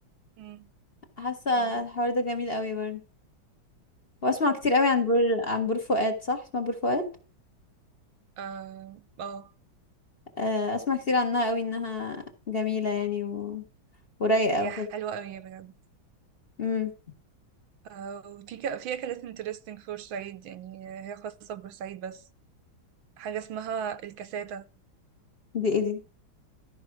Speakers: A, on the right; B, on the left.
A: امم
B: حاسة
A: اه
B: الحوار ده جميل قوي برضه واسمع كتير قوي عن بور عن بور فؤاد صح اسمها بور فؤاد
A: اه آه.
B: آه، اسمع كتير عنها قوي انها جميلة يعني و... ورايقة
A: هي
B: وكده
A: حلوه قوي بجد
B: امم
A: آه وفي ك... في اكلات انترستنج في بورسعيد يعني هي خاصه ببورسعيد بس حاجه اسمها الكاساتا
B: دي ايه دي